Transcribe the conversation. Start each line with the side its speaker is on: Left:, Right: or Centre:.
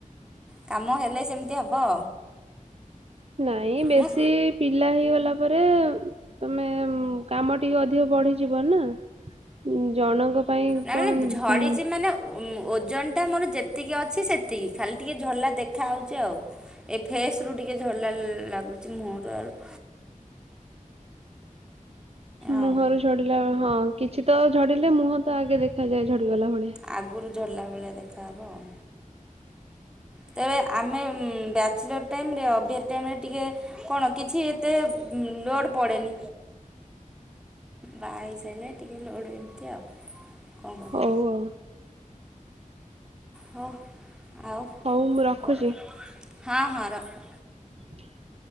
Centre: କାମ ହେଲେ ସେମିତି ହବ।
Right: ନାଇଁ ବେଶୀ
Centre: ମୁଁ
Right: ପି ପିଲା ହେଇଗଲା ପରେ ତମେ କାମ ଟିକେ ଅଧିକ ବଢିଯିବ ନା। ଉଁ ଜଣଙ୍କ ପାଇଁ
Centre: ନା
Right: କଣ
Centre: ମାନେ ଝଡ଼ିଛି
Right: ଉଁ
Centre: ମାନେ ଓଜନଟା ମୋର ଯେତିକି ଅଛି ସେତିକି ଖାଲି ଟିକେ ଝଡଲା ଦେଖାହେଉଛି ଆଉ। ଏ ଫେସ୍ ରୁ ଟିକେ ଝଲା ଲାଗୁଛି ମୁହଁରୁ ଆଉ।
Right: ମୁହଁରୁ
Centre: ଆଉ।
Right: ଝଡିଲା ହଁ କିଛି ତ ଝଡିଲେ ମୁହଁ ତ ଆଗେ ଦେଖାଯାଏ ଝଡିଗଲା ଭଳିଆ।
Centre: ଆଗୁରୁ ଝଡଲା ଭଳିଆ ଦେଖାହବ ଆଉ। ତେବେ ଆମେ ବ୍ୟାଚଲର ଟାଇମରେ ଅଭିଆରି ଟାଇମରେ ଟିକେ କଣ କିଛି ଏତେ ଲୋଡ ପଡ଼େନି। ବା ହେଇସାରିଲେ ଟିକେ ଲୋଡ ଏମିତି ଆଉ। କଣ କରିବା
Right: ହଉ ହଉ।
Centre: ହଉ ଆଉ
Right: ହଉ ମୁଁ ରଖୁଛି।
Centre: କ ହଁ ହଁ ରଖ।
Right: <inaudible>